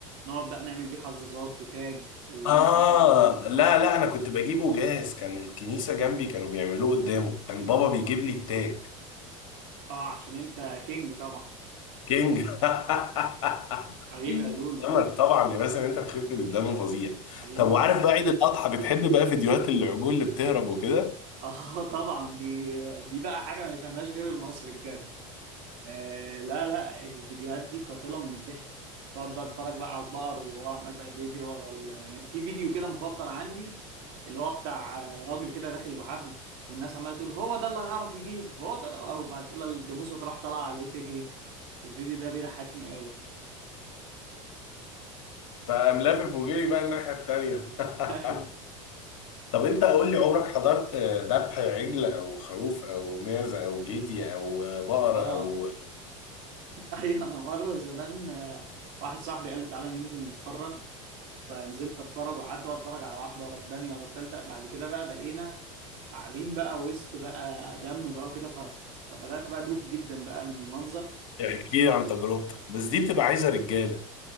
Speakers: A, on the right; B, on the left.
A: نقعد بقى نعمل بيه حظاظات وتاج ونعمل
B: آه
A: كده
B: لا
A: اه
B: لا أنا كنت بجيبه جاهز كان الكنيسة جنبي كانوا بيعملوه قدامه كان بابا بيجيب
A: آه.
B: لي التاج
A: آه، عشان انت كينج طبعا
B: كينج <laughs>
A: حبيبي يا لولو
B: عمر طبعا يا باسم انت مخيف من الدم فظيع
A: حبيبي
B: طب وعارف بقى عيد الاضحى بتحب بقى فيديوهات العجول اللي بتهرب وكده
A: اه <laughs> طبعا دي دي بقى حاجه ما يفهمهاش غير المصري بجد آه لا لا الفيديوهات دي قاتلة من الضحك تقعد بقى اتفرج بقى على البقر وهو عمال بقى بيجري ورا ال... في فيديو كده مفضل عندي اللي هو بتاع آه، راجل كده داخل بحبل والناس عمالة تقول هو ده اللي هيعرف يجيبه هو ده اللي... أو بعد كده الجاموسة تروح طالعة عليه تجري الفيديو ده بيضحكني قوي
B: فقام لافف وجري بقى الناحيه التانيه
A: <laughs> ايوه
B: <laughs> طب انت قول لي عمرك حضرت ذبح عجل او خروف او معزه او جدي او بقر
A: اه
B: او
A: ايوه انا مرة زمان آه، واحد صاحبي قال لي تعالى ننزل نتفرج فنزلت اتفرج وقعدت بقى اتفرج على واحدة ورا التانية ورا التالتة بعد كده بقى بقينا قاعدين بقى وسط بقى دم بقى وكده ف... فبدأت بقى دوخ جدا بقى من المنظر
B: احكي لي عن تجربتك بس دي بتبقى عايزه رجاله